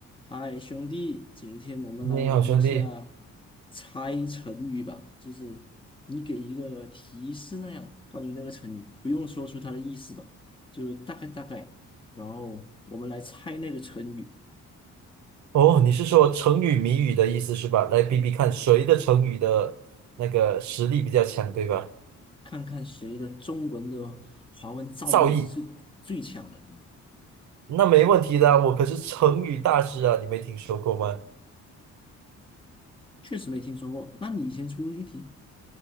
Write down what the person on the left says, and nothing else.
嗨，兄弟，今天我们来玩一下
猜成语吧，就是你给一个提示那样，关于那个成语，不用说出它的意思吧，就大概大概，然后我们来猜那个成语，
看看谁的中文的华文造诣是最强的。
确实没听说过，那你先出一题，